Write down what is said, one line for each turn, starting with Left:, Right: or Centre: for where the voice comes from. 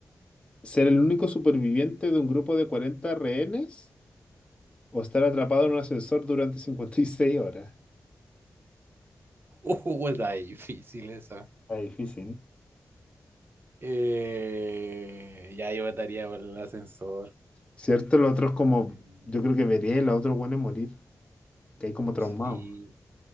Left: ¿Ser el único superviviente de un grupo de 40 rehenes o estar atrapado en un ascensor durante 56 horas?
Right: Uh, está difícil esa.
Left: Está difícil. ¿no?
Right: Eh, ya yo votaría por el ascensor.
Left: Cierto, lo otro es como,
Right: Mm,
Left: yo creo que vería a los otros buenos morir, que hay como traumados.
Right: Sí,